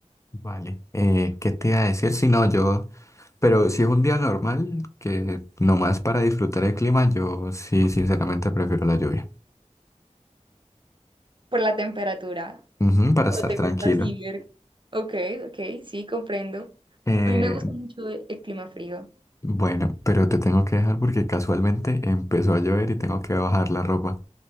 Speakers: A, on the left; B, on the right.
A: Vale. Eh, ¿qué te iba a decir? Si no, yo, pero si es un día normal, que nomás para disfrutar el clima, yo sí, sinceramente prefiero la lluvia.
B: por la temperatura.
A: Ujú, para
B: ¿O
A: estar
B: te
A: tranquilo.
B: gusta así ver? Ok, ok, sí, comprendo.
A: Eh,
B: A mí me gusta mucho el el clima frío.
A: bueno, pero te tengo que dejar porque casualmente empezó a llover y tengo que bajar la ropa.